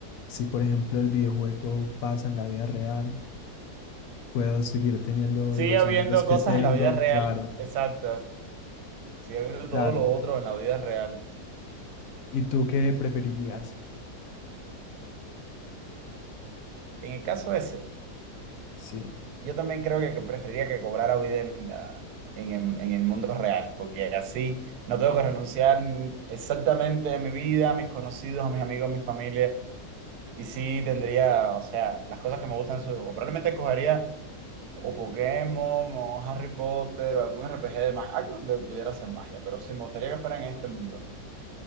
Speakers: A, on the left; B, on the right.
A: si por ejemplo el videojuego pasa en la vida real, Puedo seguir teniendo
B: sigue
A: los
B: habiendo
A: amigos que
B: cosas
A: tengo,
B: en la vida real,
A: claro,
B: exacto. Sigue habiendo
A: claro.
B: todo lo otro en la vida real.
A: ¿Y tú qué preferirías?
B: En el caso ese.
A: Sí,
B: yo también creo que preferiría que cobrara vida en, la- en, el en el mundo real, porque así no tengo que renunciar exactamente a mi vida, a mis conocidos, a mis amigos, a mi familia, y sí tendría, o sea, las cosas que me gustan en su juego. Probablemente escogería o Pokémon, o Harry Potter, o algún RPG de magia, algo donde pudiera hacer magia, pero sí me gustaría que fuera en este mundo.